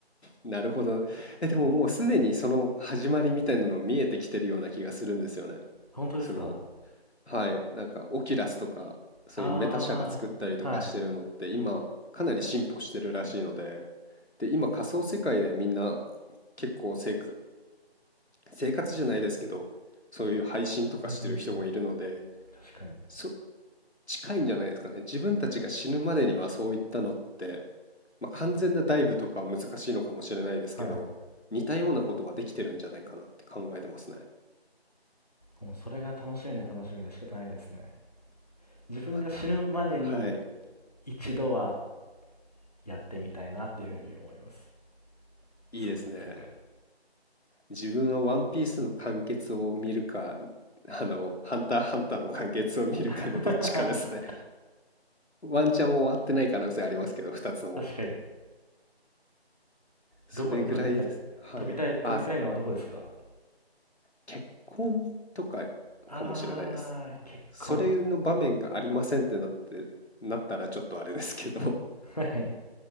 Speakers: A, on the left; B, on the left.
A: なるほど。え、でももうすでにその始まりみたいなの見えてきてるような気がするんですよね。
B: 本当ですか
A: その、はい、なんかオキュラスとか、そういうメタ社が作ったりとかしてるのって、
B: ああー、はい。
A: 今かなり進歩してるらしいので、で、今仮想世界でみんな結構生活、生活じゃないですけど、そういう配信とかしてる人もいるので、
B: うん、確かに。
A: そ、近いんじゃないですかね。自分たちが死ぬまでにはそういったのって、まあ、完全なダイブとかは難しいのかもしれないですけど、
B: はい。
A: 似たようなことはできてるんじゃないかなって考えてますね。
B: もうそれが楽しみで楽しみで仕方ないですね。自分が死ぬまでに
A: また、はい、
B: 一度はやってみたいなっていうふうに思います。
A: いいですね。
B: そういう世界。
A: 自分はワンピースの完結を見るか、あの、ハンターハンターの完結を見るかのどっちかですね。
B: <laughs> 確か
A: ワンチャン終わってない可能性ありますけど、2つとも。
B: に。
A: それぐらいです。
B: どこに飛びたい飛びたい、
A: はい。
B: 飛びたいのはどこですか
A: あ、結婚とかかもしれないです。
B: あー、結婚。
A: それの場面がありませんってなって、なったらちょっとあれですけど、<laughs>
B: はい。